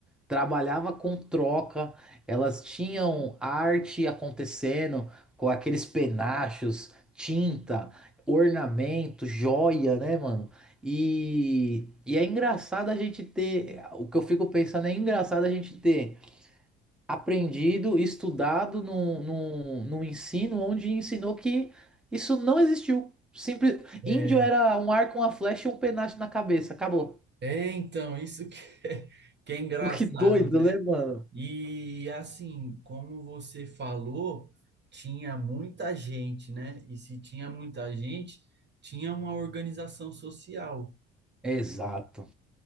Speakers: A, in the centre; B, on the right.
A: trabalhava com troca, elas tinham arte acontecendo com aqueles penachos, tinta, ornamento, joia, né, mano? E, e é engraçado a gente ter, o que eu fico pensando é engraçado a gente ter aprendido, estudado num, num, num ensino onde ensinou que isso não existiu. Simples...
B: É,
A: Índio era um arco, uma flecha e um penacho na cabeça. Acabou.
B: é, então, isso que é, que é engraçado,
A: <laughs> Que doido,
B: né?
A: né, mano?
B: E assim, como você falou, tinha muita gente, né? E se tinha muita gente, tinha uma organização social.
A: Exato.